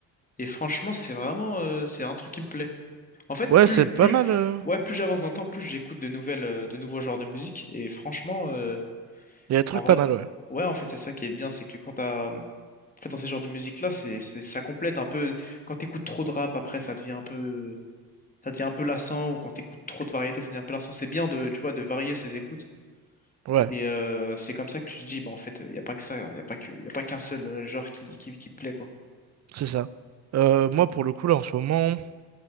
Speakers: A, on the left; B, on the right.
A: Et franchement, c'est vraiment, euh, c'est un truc qui me plaît. En fait,
B: ouais,
A: plus,
B: c'est
A: je-
B: pas
A: plus,
B: mal. euh,
A: ouais, plus j'avance dans le temps, plus j'écoute de nouvelles, euh, de nouveaux genres de musique. Et franchement, euh,
B: Il y a des trucs
A: En vrai,
B: pas mal, ouais.
A: ouais, en fait, c'est ça qui est bien, c'est que quand t'as, en fait, dans ces genres de musique-là, c'est, c'est, ça complète un peu. Quand t'écoutes trop de rap, après, ça devient un peu, ça devient un peu lassant, ou quand t'écoutes trop de variété, ça devient un peu lassant. C'est bien de, tu vois, de varier ses écoutes.
B: Ouais,
A: Et euh, c'est comme ça que tu te dis, bah, en fait, il y a pas que ça, il y a pas que, y a pas qu'un seul euh, genre qui, qui, qui te plaît, quoi.
B: c'est ça. Euh, moi, pour le coup, là, en ce moment,